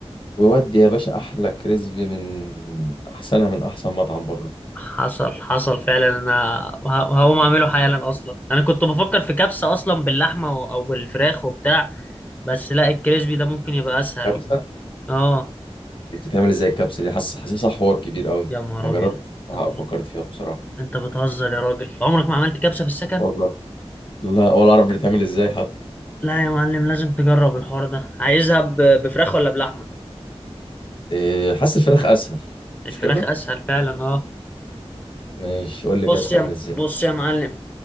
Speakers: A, on the left; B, on the left.
A: ويودي يا باشا احلى كريسبي من احسنها من احسن مطعم بره
B: حصل حصل فعلا انا وه- وهقوم اعمله حالا اصلا انا كنت بفكر في كبسة اصلا باللحمة و- او بالفراخ وبتاع بس لا الكريسبي ده ممكن يبقى اسهل
A: كبسه
B: اه
A: بتتعمل ازاي الكبسه دي حاسس حاسسها حوار كبير قوي
B: يا نهار
A: ما جربتش
B: ابيض
A: بصراحة
B: انت
A: او فكرت فيها بصراحه
B: انت بتهزر يا راجل عمرك ما عملت كبسة في السكن
A: والله لا ولا اعرف بتتعمل ازاي حتى
B: لا يا معلم لازم تجرب الحوار ده عايزها ب- بفراخ ولا بلحمة
A: إيه، حاسس الفراخ اسهل
B: الفراخ
A: مش كده
B: اسهل فعلا اه
A: ماشي قول لي
B: بص
A: كده بتتعمل
B: يا
A: ازاي
B: بص يا معلم